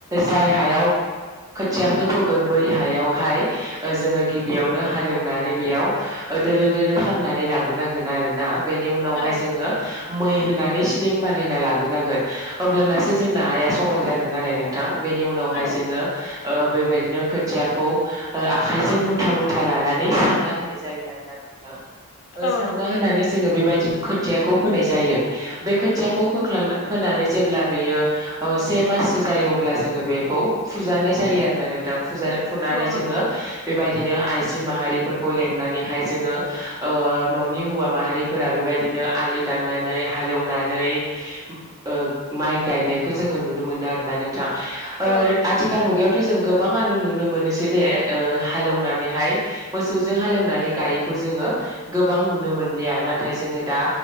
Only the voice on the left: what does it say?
औ
औ नंगौ
नोंथां
औ
औ
नंगौ
नोंथां
औ
औ
नंगौ नोंथां
औ नंगौ